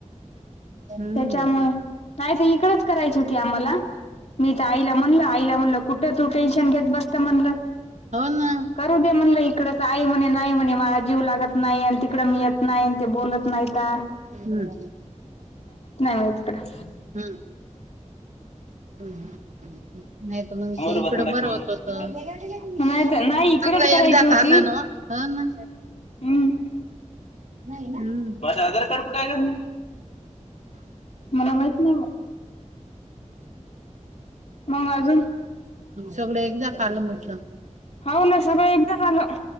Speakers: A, on the right; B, on the left.
A: हम्म
B: त्याच्यामुळे नाही तर इकडच करायची होती आम्हाला मी तर आईला म्हणलो आईला म्हणल कुठं तू टेन्शन घेत बसत म्हणलं
A: हो ना
B: करू दे म्हणलं इकडंच आई म्हणे नाही म्हणे मला जीव लागत नाही आणि तिकडं मी येत नाही ते बोलत नाहीता
A: हम्म
B: म्हणे तिकडं
A: हम्म हम्म हम्म नाही मण
B: समोर
A: इकड
B: बसून दाखव
A: बरं
B: म्हणून
A: होत
B: बोलते
A: होत
B: का नाही तर नाही इकडंच
A: सगळं एकदाच
B: करायची होती
A: आलं नव्ह हो ना
B: हम्म
A: नाही ना हम्म.
B: माझा आधार कार्ड कुठे आहे गं? मला माहित बुवा. मग अजून
A: सगळं एकदा कालं म्हटलं.
B: हो ना सगळं एकदा झालं